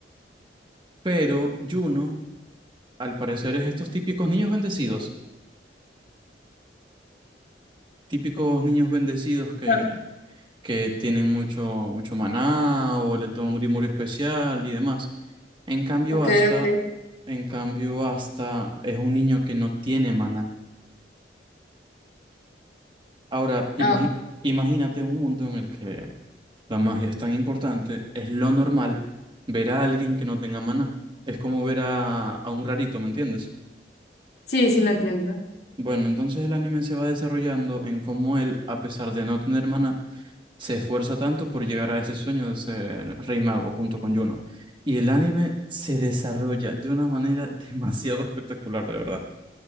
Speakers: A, on the right; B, on the left.
A: pero Juno, al parecer, es estos típicos niños bendecidos típicos niños bendecidos que,
B: claro.
A: que tienen mucho, mucho maná o le toman un grimorio especial y demás. En cambio,
B: Ok,
A: Asta,
B: ok.
A: en cambio, Asta es un niño que no tiene maná. Ahora, imagi-
B: Ah,
A: imagínate un mundo en el que la magia es tan importante, es lo normal ver a alguien que no tenga maná. Es como ver a, a un rarito, ¿me entiendes?
B: sí, sí lo entiendo.
A: Bueno, entonces el anime se va desarrollando en cómo él, a pesar de no tener maná, se esfuerza tanto por llegar a ese sueño de ser rey mago junto con Yuno. Y el anime se desarrolla de una manera <laughs> demasiado espectacular, de verdad.